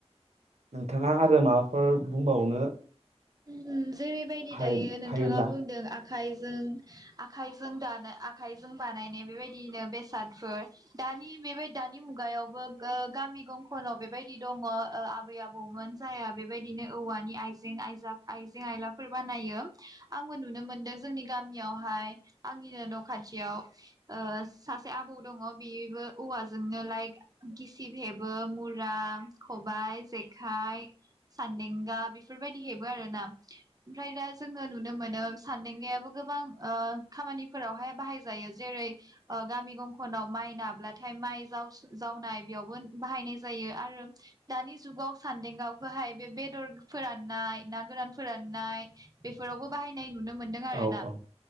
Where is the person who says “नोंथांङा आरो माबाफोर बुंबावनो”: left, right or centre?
Right